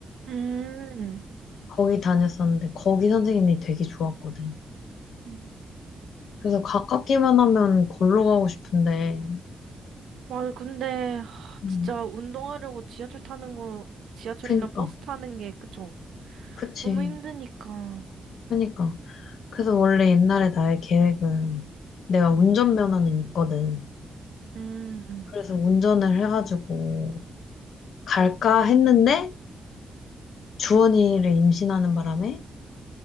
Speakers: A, on the right (about 85°); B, on the left (about 75°).
A: 응.
B: 거기 다녔었는데 거기 선생님이 되게 좋았거든.
A: 응.
B: 그래서 가깝기만 하면 걸로 가고 싶은데,
A: 맞아, 근데 하,
B: 음,
A: 진짜 운동하려고 지하철 타는 거, 지하철이나
B: 그니까,
A: 버스 타는 게 그쵸?
B: 그치,
A: 너무 힘드니까.
B: 그니까. 그래서 원래 옛날에 나의 계획은 내가
A: 응.
B: 운전면허는 있거든.
A: 응 응.
B: 그래서 운전을 해가지고 갈까 했는데 주원이를 임신하는 바람에